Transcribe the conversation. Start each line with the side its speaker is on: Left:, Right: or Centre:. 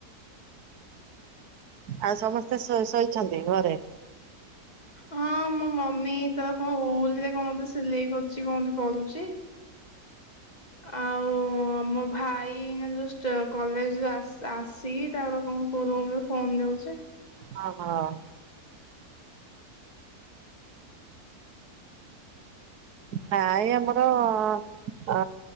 Right: ଆଉ ସମସ୍ତେ ଶୋଇଛନ୍ତି ଘରେ?
Left: ହଁ ମୋ ମମି ତ କଣ ଓଲରେ କଣ ମ ସିଲେଇ କରୁଛି, କଣ କରୁଛି ଆଉ ଓ ମୋ ଭାଇ ନା ଯୋଉ କଲେଜ ଆସି ତା ଲୋକ କ ଫୋନ ନଉଛ
Right: ହଁ ହଁ। ହଁ ଏଇ ଆମର ହ